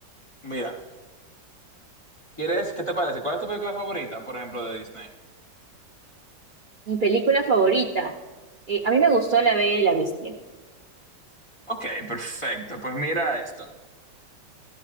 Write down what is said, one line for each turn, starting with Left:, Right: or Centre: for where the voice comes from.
Left: Mira, ¿quieres, qué te parece? ¿Cuál es tu película favorita, por ejemplo, de Disney?
Right: Mi película favorita. Eh, a mí me gustó La Bella y la Bestia.
Left: Ok, perfecto. Pues mira esto.